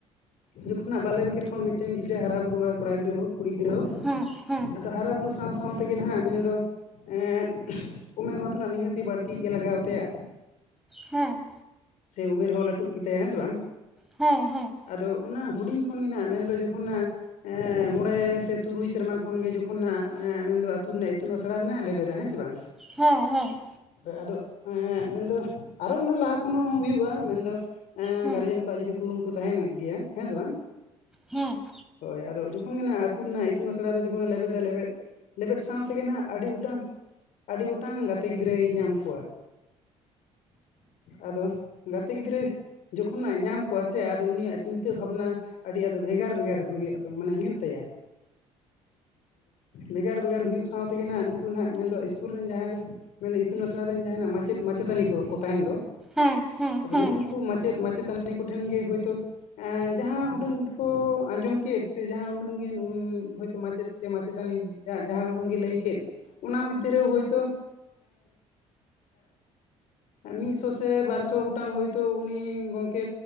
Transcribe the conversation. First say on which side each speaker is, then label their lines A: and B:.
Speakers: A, on the left; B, in the centre.
A: ᱡᱚᱠᱷᱚᱱᱟᱜ ᱵᱟᱞᱮ ᱵᱮᱠᱮᱨ ᱠᱷᱚᱱ ᱢᱤᱫᱴᱮᱱ ᱜᱤᱫᱽᱨᱟᱹ ᱦᱟᱨᱟ ᱵᱩᱨᱩᱜ-ᱟᱭ ᱠᱚᱲᱟ ᱜᱤᱫᱽᱨᱟᱹ ᱦᱳᱠ ᱠᱩᱲᱤ ᱜᱤᱫᱽᱨᱟᱹ ᱦᱳᱠ
B: ᱦᱮᱸ ᱦᱮᱸ
A: ᱟᱫᱚ ᱦᱟᱨᱟ ᱵᱩᱨᱩᱜ ᱥᱟᱶ ᱥᱟᱶ ᱛᱮᱜᱮ ᱱᱟᱦᱟᱸᱜ ᱢᱮᱱᱫᱚ ᱮᱸᱜ ᱩᱢᱮᱨ ᱢᱟᱛᱚ ᱱᱟᱜ ᱱᱤᱦᱟᱹᱛᱤ ᱵᱟᱹᱲᱛᱤ ᱜᱮ ᱞᱟᱜᱟᱣ ᱟᱛᱟᱭᱟ
B: ᱦᱮᱸ
A: ᱥᱮ ᱩᱢᱮᱨ ᱦᱚᱸ ᱞᱟᱹᱴᱩᱜ ᱜᱮᱛᱟᱭᱟ ᱦᱮᱸ ᱥᱮ ᱵᱟᱝ
B: ᱦᱮᱸ ᱦᱮᱸ
A: ᱟᱫᱚ ᱚᱱᱟ ᱦᱩᱰᱤᱧ ᱠᱷᱚᱱ ᱜᱮᱱᱟᱜ ᱢᱮᱱᱫᱚ ᱡᱚᱠᱷᱚᱱ ᱦᱟᱸᱜ ᱮᱸᱜ ᱢᱚᱬᱮ ᱥᱮ ᱛᱩᱨᱩᱭ ᱥᱮᱨᱢᱟ ᱠᱷᱚᱱᱜᱮ ᱡᱚᱠᱷᱚᱱ ᱢᱮᱱᱫᱚ ᱟᱹᱛᱩ ᱨᱮᱱᱟᱜ ᱤᱛᱩᱱ ᱟᱥᱲᱟ ᱟᱥᱲᱟ ᱨᱮᱱᱟᱜ ᱞᱮᱵᱮᱫᱟ ᱦᱮᱸ ᱥᱮ ᱵᱟᱝ
B: ᱦᱮᱸ ᱦᱮᱸ
A: ᱦᱳᱭ ᱟᱫᱚ ᱦᱮᱸ ᱦᱮᱸᱜ ᱢᱮᱱᱫᱚ ᱟᱨᱚ ᱚᱱᱟ ᱞᱟᱦᱟ ᱠᱷᱚᱱ ᱦᱚᱸ ᱦᱩᱭᱩᱜ-ᱟ ᱢᱮᱱᱫᱚ ᱮᱸ
B: ᱦᱮᱸ ᱦᱮᱸ ᱦᱮᱸ
A: ᱜᱟᱨᱡᱮᱱ ᱠᱚᱣᱟᱜ ᱡᱩᱫᱤ ᱠᱩᱨᱩᱢᱩᱴᱩ ᱛᱟᱦᱮᱸᱱ ᱜᱮᱭᱟ ᱦᱮᱸ ᱥᱮ ᱵᱟᱝ
B: ᱦᱮᱸ
A: ᱦᱳᱭ ᱟᱫᱚ ᱡᱚᱠᱷᱚᱱ ᱜᱮᱱᱟᱜ ᱟᱹᱛᱩ ᱨᱮᱱᱟᱜ ᱤᱛᱩᱱ ᱟᱥᱲᱟ ᱨᱮ ᱡᱚᱠᱷᱚᱱ ᱞᱮᱵᱮᱫᱟᱭ ᱞᱮᱵᱮᱫ ᱞᱮᱵᱮᱫ ᱥᱟᱶ ᱛᱮᱜᱮ ᱱᱟᱦᱟᱜ ᱟᱹᱰᱤ ᱜᱚᱴᱟᱝ ᱟᱹᱰᱤ ᱜᱚᱴᱟᱝ ᱜᱟᱛᱮ ᱜᱤᱫᱽᱨᱟᱹᱭ ᱧᱟᱢ ᱠᱚᱣᱟ ᱟᱫᱚ ᱜᱟᱛᱮ ᱜᱤᱫᱽᱨᱟᱹ ᱡᱚᱠᱷᱚᱱᱟᱜ ᱧᱟᱢ ᱠᱚᱣᱟ ᱥᱮ ᱟᱫᱚ ᱩᱱᱤᱭᱟᱜ ᱪᱤᱱᱛᱟᱹ ᱵᱷᱟᱵᱽᱱᱟ ᱟᱹᱰᱤ ᱟᱫᱚ ᱵᱷᱮᱜᱟᱨ ᱵᱷᱮᱜᱟᱨ ᱦᱩᱭᱩᱜ-ᱟ ᱢᱟᱱᱮ ᱦᱩᱭᱩᱜ ᱛᱟᱭᱟ ᱵᱷᱮᱜᱟᱨ ᱵᱷᱮᱜᱟᱨ ᱦᱩᱭᱩᱜ ᱥᱟᱶ ᱛᱮᱜᱮ ᱦᱟᱸᱜ ᱱᱩᱠᱩ ᱱᱟᱸᱜ ᱢᱮᱱᱫᱚ ᱤᱥᱠᱩᱞ ᱨᱮᱱ ᱡᱟᱦᱟᱸᱭ ᱫᱚ ᱢᱮᱱᱫᱟ ᱤᱛᱩᱱ ᱟᱥᱲᱟ ᱨᱮᱱ ᱡᱟᱦᱟᱸᱱᱟᱜ ᱢᱟᱪᱮᱫ ᱢᱟᱪᱮᱛᱟᱹᱱᱤ ᱠᱚᱠᱚ ᱛᱟᱦᱮᱸᱱ ᱫᱚ
B: ᱦᱮᱸ
A: ᱟᱫᱚ
B: ᱦᱮᱸ
A: ᱱᱩᱱᱠᱩ ᱢᱟᱪᱮᱫ ᱢᱟᱪᱮᱛᱟᱹᱱᱤ ᱠᱚᱴᱷᱮᱱ ᱜᱮ ᱦᱳᱭᱛᱳ ᱮᱸ ᱡᱟᱦᱟᱸ ᱩᱰᱟᱹᱝ ᱜᱮ ᱠᱚ ᱟᱸᱡᱚᱢ ᱠᱮᱫ ᱥᱮ ᱡᱟᱦᱟᱸ ᱩᱰᱟᱹᱝ ᱜᱮ ᱱᱩᱭ ᱦᱳᱭᱛᱳ ᱢᱟᱪᱮᱫ ᱥᱮ ᱢᱟᱪᱮᱛᱟᱹᱱᱤ ᱡᱟᱦᱟᱸ ᱩᱰᱟᱹᱝ ᱜᱮ ᱞᱟᱹᱭ ᱠᱮᱫ ᱚᱱᱟ ᱢᱚᱫᱽᱫᱷᱮᱨᱮ ᱦᱳᱭᱛᱳ ᱢᱤᱫᱥᱚ ᱥᱮ ᱵᱟᱨ ᱥᱚ ᱜᱚᱴᱟᱝ ᱦᱳᱭᱛᱳ ᱩᱱᱤ ᱜᱚᱢᱠᱮ